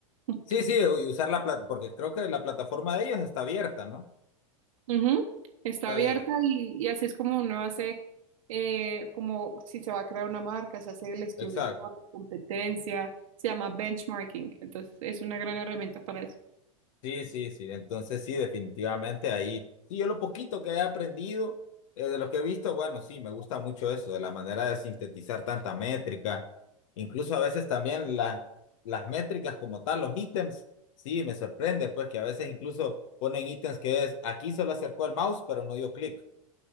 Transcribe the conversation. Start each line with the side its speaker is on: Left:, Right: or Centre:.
Right: <laughs>
Left: Sí, sí, u- y usar la plata, porque creo que la plataforma de ellos está abierta, ¿no?
Right: Ujú. Está
Left: Está
Right: abierta
Left: abierta.
Right: y, y así es como uno hace, eh, como si se va a crear una marca, se hace el estudio
Left: Exacto.
Right: como de competencia, se llama benchmarking, entonces es una gran herramienta para eso.
Left: Sí, sí, sí. Entonces sí, definitivamente ahí. Sí, yo lo poquito que he aprendido, eh, de lo que he visto, bueno, sí, me gusta mucho eso, de la manera de sintetizar tanta métrica. Incluso a veces también la- las métricas como tal, los ítems, sí, me sorprende, pues que a veces incluso ponen ítems que es, aquí solo acercó el mouse, pero no dio clic.